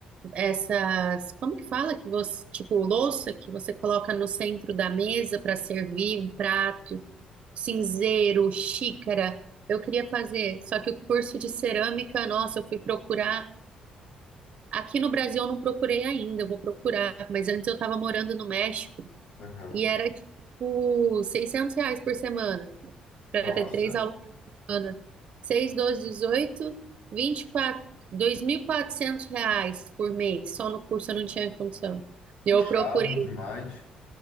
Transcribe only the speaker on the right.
essas, como que fala que você, tipo, louça que você coloca no centro da mesa para servir um prato, cinzeiro, xícara. Eu queria fazer, só que o curso de cerâmica, nossa, eu fui procurar. Aqui no Brasil eu não procurei ainda, eu vou procurar, mas antes eu estava morando no México
e era tipo 600 reais por semana para
ter três aulas Ana. 6, 12, 18, 24, quatrocentos reais por mês. Só no curso eu não tinha condição.
Eu procurei